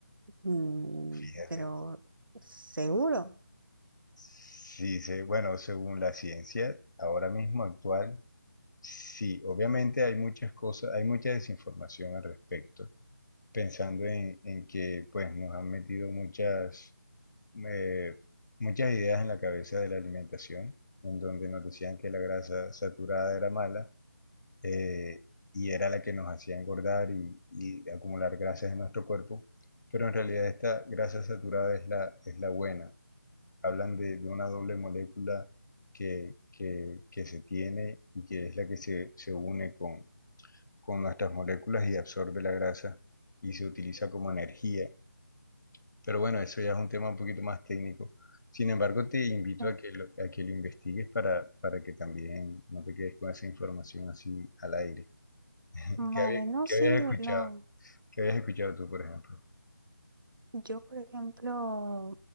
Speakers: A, on the right; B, on the left.
A: Mm,
B: fíjate.
A: pero seguro.
B: Sí, se- bueno, según la ciencia, ahora mismo actual, Sí, obviamente hay muchas cosas, hay mucha desinformación al respecto, pensando en, en que pues nos han metido muchas, eh, muchas ideas en la cabeza de la alimentación, en donde nos decían que la grasa saturada era mala eh, y era la que nos hacía engordar y, y acumular grasas en nuestro cuerpo, pero en realidad esta grasa saturada es la, es la buena. Hablan de, de una doble molécula que, que, que se tiene y que es la que se, se une con con nuestras moléculas y absorbe la grasa y se utiliza como energía. Pero bueno, eso ya es un tema un poquito más técnico. Sin embargo, te invito
A: Ah,
B: a que lo, a que lo investigues para, para que también no te quedes con esa información así al aire.
A: Vale,
B: ¿Qué había-
A: no,
B: qué
A: sí,
B: habías
A: lo,
B: escuchado?
A: lo-
B: ¿Qué habías escuchado tú, por ejemplo?
A: yo por ejemplo